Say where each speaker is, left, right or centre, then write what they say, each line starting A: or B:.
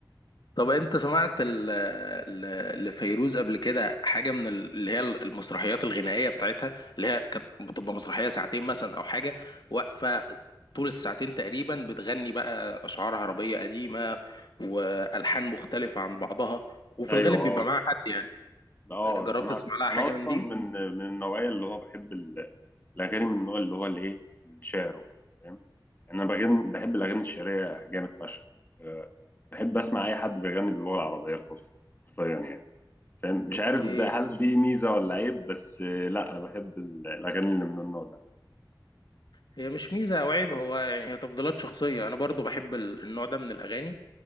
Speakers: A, on the left (about 65°); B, on the left (about 25°).
A: طب انت سمعت ال- ال- لفيروز قبل كده حاجة من ال- اللي هي المسرحيات الغنائية بتاعتها اللي هي كانت بتبقى مسرحية ساعتين مثلا او حاجة واقفة طول الساعتين تقريبا بتغني بقى اشعار عربية قديمة والحان مختلفة عن بعضها وفي
B: ايوه
A: الغالب بيبقى
B: اه
A: معاها حد يعني
B: اه
A: جربت
B: سمعت
A: تسمع لها حاجة
B: انا اصلا
A: من دي
B: من من النوعيه اللي هو بحب الاغاني من النوع اللي هو الايه الشعر وكده فاهم يعني انا بغني بحب الاغاني الشعريه جامد فشخ أه بحب اسمع اي حد بيغني باللغه العربيه الفصحى حرفيا يعني فاهم مش
A: اوكي
B: عارف ده هل دي ميزه ولا عيب بس آه، لا انا بحب ال- الاغاني اللي من النوع ده
A: هي مش ميزة او عيب هو يعني هي تفضيلات شخصية انا برضو بحب ال- النوع ده من الاغاني